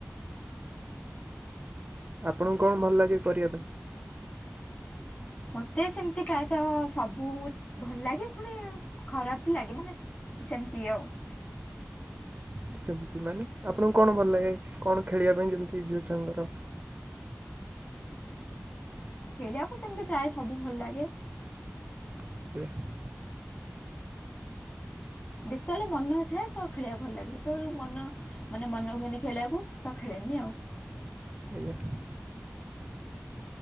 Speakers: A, on the right; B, on the left.
A: ଆପଣଙ୍କୁ କଣ ଭଲ ଲାଗେ କରିବା ପାଇଁ?
B: ମତେ ସେମିତି ପ୍ରାୟତଃ ହଁ ସବୁ ଭଲ ଲାଗେ ପୁଣି ଖରାପବି ଲାଗେ ମାନେ ସେମିତି ଆଉ
A: ସେ ସେମିତି ମାନେ ଆପଣଙ୍କୁ କଣ ଭଲ ଲାଗେ କଣ ଖେଳିବା ପାଇଁ ଯେମିତି ଝିଅ ଛୁଆଙ୍କର
B: ଖେଳିବାକୁ ସେମିତି ପ୍ରାୟ ସବୁ ଭଲ ଲାଗେ।
A: <inaudible>
B: ଯେତେବେଳେ ମନ ଥାଏ ତ ଖେଳିବାକୁ ଭଲ ଲାଗେ ଯେତେବେଳକୁ ମନ ମାନେ ମନ ହୁଏନି ଖେଳିବାକୁ ତ ଖେଳେନି ଆଉ।
A: ଆଜ୍ଞା।